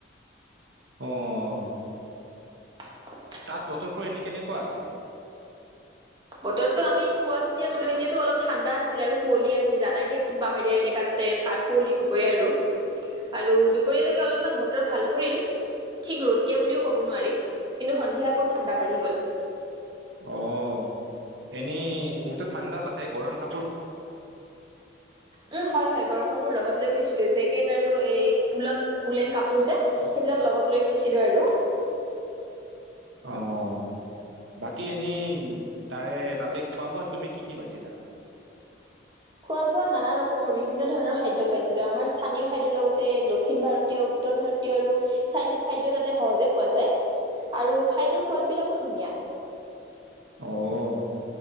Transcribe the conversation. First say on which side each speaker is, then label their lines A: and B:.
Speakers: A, on the right; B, on the right.
A: অ অ। অ <inaudible>
B: <inaudible>
A: তাত বতৰবোৰ এনে কেনেকুৱা আছিল?
B: বতৰটো আমি পুৱা যেতিয়া গলো তেতিয়াতো অলপ ঠাণ্ডা আছিল আৰু, কুঁৱলী আছিল জানাই দিয়াচোন পাহাৰীয়া এলেকা তাতে ঠাই কুঁৱলী হ বৈ আৰু। দুপৰীয়ালৈকে অলপমান বতৰ ভাল। কৰিল ঠিক ৰদ এতিয়া বুলিও ক'ব নোৱাৰি কিন্তু সন্ধিয়া আকৌ ঠাণ্ডা বাঢ়ি গ'ল
A: অঁ এনি যিহেতু ঠাণ্ডাৰ তাতে গৰম কাপোৰ
B: উম হয় হয় গৰম কাপোৰ লগত লৈ গৈছো জেকেট আৰু এই উওলন উলেন কাপোৰ যে সেইবিলাক লগত লৈ গৈছিলো আৰু
A: অঁ বাকী এনেই তাৰে তাতে খোৱা বোৱাত তুমি কি কি পাইছিলা
B: খোৱা বোৱা নানা ৰকমৰ বিভিন্ন ধৰণৰ খাদ্য পাইছে আছিলো আমাৰ স্থানীয় খাদ্য ৰ লগত তাতে দক্ষিণ ভাৰতীয় উত্তৰ ভাৰতীয় আৰু চাইনিজ খাদ্য তাতে সহজে পোৱা যায় আৰু খাদ্যৰ সোৱাদ বিলাকো ধুনীয়া
A: আঁহ